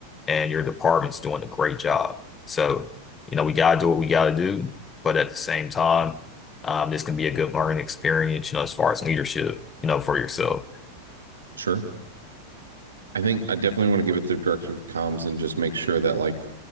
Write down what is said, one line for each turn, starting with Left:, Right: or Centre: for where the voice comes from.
Left: and your department's doing a great job. So, you know, we got to do what we got to do, but at the same time, um, this can be a good learning experience, you know, as far as leadership, you know, for yourself.
Right: Sure. I think I definitely want to get with the director of comms and just make sure that like